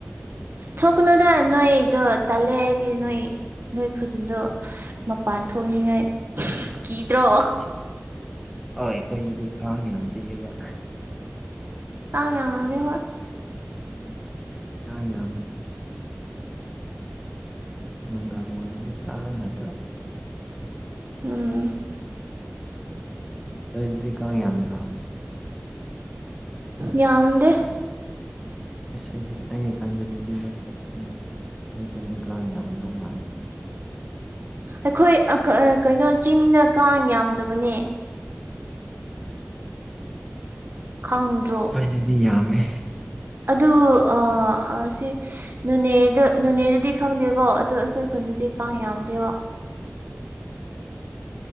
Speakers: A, on the right; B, in the centre.
A: ꯏꯁ ꯊꯣꯛꯀꯅꯣꯗ ꯅꯣꯏꯗꯣ ꯇꯜꯂꯦ ꯑꯩꯗꯤ ꯅꯣꯏ ꯅꯣꯏ ꯈꯨꯟꯗꯣ ꯃꯄꯥꯟ ꯊꯣꯛꯅꯤꯡꯉꯥꯏ
B: <unintelligible>
A: ꯀꯤꯗ꯭ꯔꯣ
B: ꯍꯣꯏ ꯑꯩꯈꯣꯏꯗꯗꯤ ꯀꯥꯡ ꯌꯥꯝ ꯆꯤꯛꯑꯦꯕ
A: ꯀꯥꯡ ꯌꯥꯥꯝꯃꯅꯤ ꯍꯣꯏ
B: ꯎꯝ ꯀꯥꯡ ꯌꯥꯝꯃꯦ ꯅꯨꯡꯗꯥꯡ ꯑꯣꯏꯔꯗꯤ ꯀꯥꯡ ꯉꯥꯛꯇ
A: ꯎꯝ
B: ꯅꯣꯢ ꯑꯗꯥꯏꯗꯤ ꯀꯥꯡ ꯌꯥꯝꯗ꯭ꯔꯣ
A: ꯌꯥꯝꯗꯦ
B: ꯑꯁ ꯑꯩꯗꯤ ꯑꯩꯅ ꯈꯟꯕꯗꯗꯤ ꯅꯣꯏ ꯅꯣꯏꯈꯨꯜꯗ ꯀꯥꯡ ꯌꯥꯝꯗꯧ ꯃꯥꯜꯂꯤꯅꯦ
A: ꯑꯩꯈꯣꯏ ꯑꯀꯥ ꯑꯥ ꯀꯩꯅꯣ ꯆꯤꯡꯗ ꯀꯥꯡ ꯌꯥꯝꯗꯕꯅꯦ
B: ꯑꯣ ꯑꯣ
A: ꯈꯪꯗ꯭ꯔꯣ
B: ꯑꯩꯗꯤ ꯌꯥꯝꯃꯦ
A: ꯑꯗꯨ ꯑꯥ ꯑꯁꯤ ꯁꯤ ꯅꯣꯅꯦꯗ ꯅꯣꯅꯦꯗꯗꯤ ꯈꯪꯗꯦꯀꯣ ꯑꯩꯈꯣꯏ ꯈꯨꯟꯅꯗꯤ ꯀꯥꯡ ꯌꯥꯝꯗꯦꯕ
B: ꯎꯝ